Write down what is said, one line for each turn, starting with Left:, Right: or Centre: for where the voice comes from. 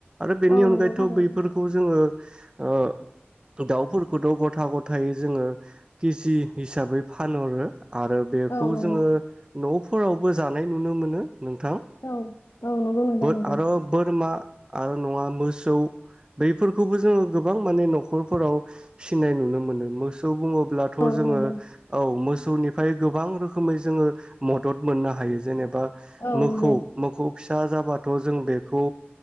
Right: आरो बेनि
Left: औ
Right: अनगायैथ'
Left: नंगौ थारैनो
Right: बैफोरखौ जोङो ओ दाउफोरखौथ' ग'था ग'थायै जोङो केजि हिसाबै फानहरो। आरो बेखौ
Left: औ नंगौ
Right: जोङो न'फोरावबो जानाय नुनो मोनो। नोंथां
Left: औ औ नंगौ नोंथां नं
Right: आरो बोरमा आरो नङा मोसौ बैफोरखौबो जोङो गोबां माने न'खरफोराव फिसिनाय नुनो मोनो। मोसौ बुङो ब्ला थ'
Left: औ
Right: जोङो
Left: नंगौ
Right: औ मोस सौनिफ्राय गोबां रोखोमै जोङो मदद मोननो हायो जेने बा
Left: औ
Right: मोखौ
Left: नंगौ
Right: मोखौ फिसा जाबा थ' जों बेखौ